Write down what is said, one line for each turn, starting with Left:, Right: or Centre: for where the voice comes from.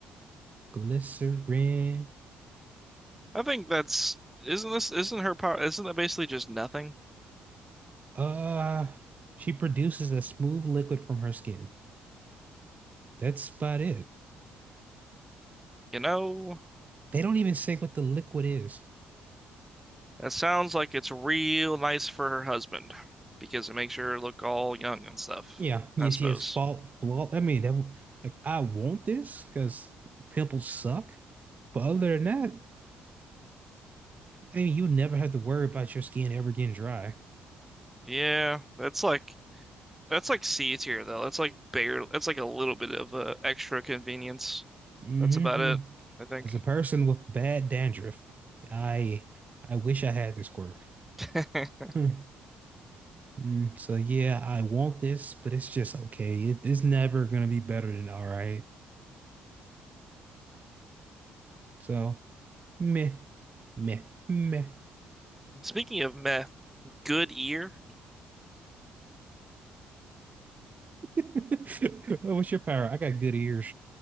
Right: Glycerin.
Centre: I think that's isn't this isn't her power? Isn't that basically just nothing?
Right: Uh, she produces a smooth liquid from her skin. That's about it.
Centre: You know,
Right: They don't even say what the liquid is.
Centre: that sounds like it's real nice for her husband because it makes her look all young and stuff,
Right: Yeah, yeah,
Centre: I
Right: she
Centre: suppose.
Right: has fault flaw. I mean, that w- like I want this because pimples suck. But other than that, I mean, you never have to worry about your skin ever getting dry.
Centre: Yeah, that's like That's like C tier though. That's like barely. That's like a little bit of uh, extra convenience.
Right: hmm
Centre: That's about it, I think.
Right: As a person with bad dandruff, I I wish I had this quirk.
Centre: <laughs>
Right: Hmm. <laughs> Mm, so yeah, I want this, but it's just okay. It, it's never gonna be better than all right. So. Meh, meh, meh.
Centre: Speaking of meh, good ear.
Right: <laughs> Oh, What's your power? I got good ears.